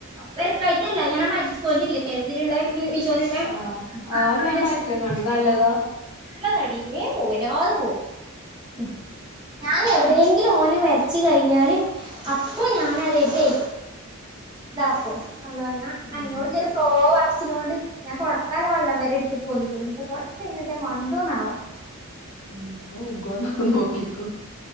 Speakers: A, on the right; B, on the left.
A: വരക്കായിട്ടല്ല ഞാൻ ആ മാജിക് സ്പോഞ്ച് ഇല്ലേ എതിലുള്ള മീശോലുള്ള
B: ആഹ്
A: <unintelligible>
B: ആഹ് ഞാൻ പരസ്യം കണ്ടു നല്ലതാ
A: നല്ലതടി മേം പോവും എല്ലാതും പോവും ഉം ഞാൻ എവിടെയെങ്കിലും ഓന് വര്ച്ച് കഴിഞ്ഞാല് അപ്പൊ ഞാൻതായിട്ടെ ഇതാക്കും അല്ലാ ഞാൻ
B: ഉം
A: അന്നോട്ല്ല ഒരു ഫ്ലോ വറച്ചിലോണ്ട് ഞാൻ തൊട്ക്കാൻലെ വെള്ളം വരെ എടു ത് പോന്ന്ക്ണു നി ഇപ്പൊ തൊട്ച്ചയ് നാല് ഇതിലെ മണ്ടോന്നാവോ
B: ഉം ന്ന വുകോന്നാവോ നോക്കിക്കോ